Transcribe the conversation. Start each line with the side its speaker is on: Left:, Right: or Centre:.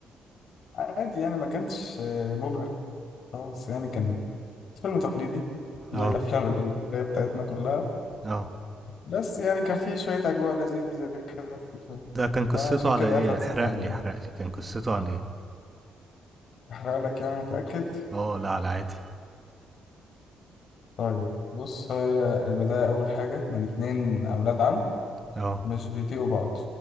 Left: عادي يعني ما كانش آه، مبهر خالص يعني كان فيلم تقليدي زي
Right: اه
Left: الافلام <laughs> المصرية بتاعتنا كلها
Right: اه
Left: بس يعني كان فيه شوية اجواء لذيذة كده في الفيلم
Right: ده كان قصته
Left: فعشان
Right: على
Left: كده
Right: ايه
Left: اخد
Right: احرق
Left: سبعة
Right: لي
Left: يعني.
Right: احرق لي كان قصته عن ايه
Left: احرق لك يعني متأكد
Right: اه لا على عادي
Left: طيب بص هي البداية أول حاجة من اتنين أولاد عم
Right: اه
Left: مش بيطيقوا بعض